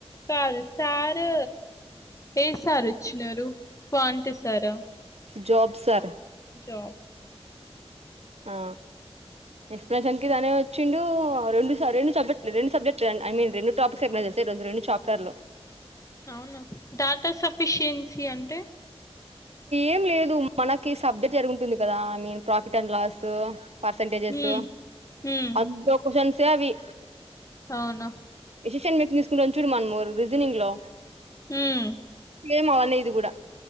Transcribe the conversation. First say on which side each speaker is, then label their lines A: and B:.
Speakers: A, on the left (about 30°); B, on the right (about 70°).
A: కాదు సార్ ఏ సార్ వచ్చినారు పాంటే సారా
B: జాబ్ సర్
A: జబ్ స
B: ఆ ఎక్స్ప్లషన్ కి తనే వచ్చిండు రెండు రెం సబ్జెక్ట్ రెం సబ్జెక్ట్ ఐ మీన్ రెండు టాపిక్స్ ఎన్ ఈరోజు రెండు చాప్టర్లు
A: అవునా డాటా సఫిషియన్సీ అంటే
B: ఏం లేదు మనకి సబ్జెక్ట్ జరుగుంటుంది కదా I mean profit and loss percentages
A: హ్మ్ హ్మ్
B: అందులో క్వశ్చన్ సే అవి
A: అవునా
B: ఎసెషన్ మీక్ తీసుకుంటే చూడు మనము రీజనింగ్ లో
A: హుమ్
B: సేమ్ అవనే ఇది కూడా